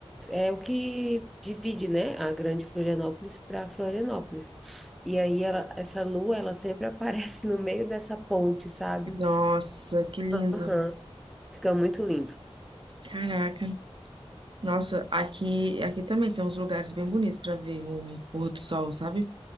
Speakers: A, in the centre; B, on the right.
A: é o que divide, né, a Grande Florianópolis para Florianópolis. E aí ela, essa lua, ela sempre <laughs> aparece no meio dessa ponte, sabe?
B: Nossa, que lindo.
A: Aham. Fica muito lindo.
B: Caraca. Nossa, aqui, aqui também tem uns lugares bem bonitos pra ver o pôr do sol, sabe?